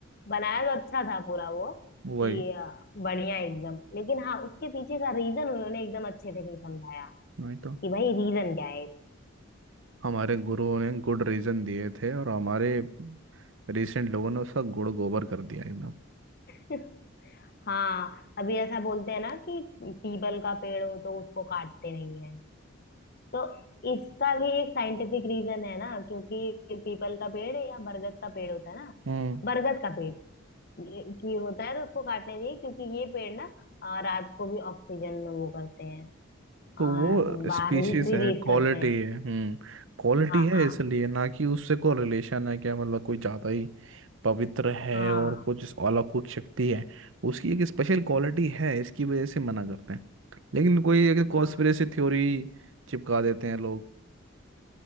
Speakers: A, on the left (about 45°); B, on the right (about 70°).
A: बनाया तो अच्छा था पूरा वो
B: वही
A: कि आ, बढ़िया एकदम लेकिन हाँ उसके पीछे का रीजन उन्होंने एकदम अच्छे से नहीं समझाया
B: वही तो
A: कि भाई रीजन क्या है
B: हमारे गुरुओं ने गुड रीजन दिए थे और हमारे रिसेंट लोगों ने उसका गुड़ गोबर कर दिया एकदम
A: <laughs> हाँ अभी ऐसा बोलते हैं ना कि पीपल का पेड़ हो तो उसको काटते नहीं है तो इसका भी एक साइंटिफिक रीजन है ना क्योंकि पीपल का पेड़ या बरगद का पेड़ होता है ना
B: हम्म
A: बरगद का पेड़ ये- की होता है तो उसको काटना चाहिए क्योंकि ये पेड़ ना अ, रात को भी ऑक्सीजन वो करते हैं
B: तो
A: अ,
B: वो
A: बाहर
B: स्पीशीज
A: रिलीज
B: है क्वालिटी
A: करते हैं
B: है हम्म क्वालिटी
A: हाँ
B: है इसलिए ना कि उससे कोई रिलेशन है क्या मतलब कोई ज़्यादा ही पवित्र है
A: हाँ
B: और कुछ इस अलौकिक शक्ति है उसकी एक स्पेशल क्वालिटी है इसकी वजह से मना करते हैं लेकिन कोई एक
A: हाँ
B: कॉन्स्पिरेसी थ्योरी चिपका देते हैं लोग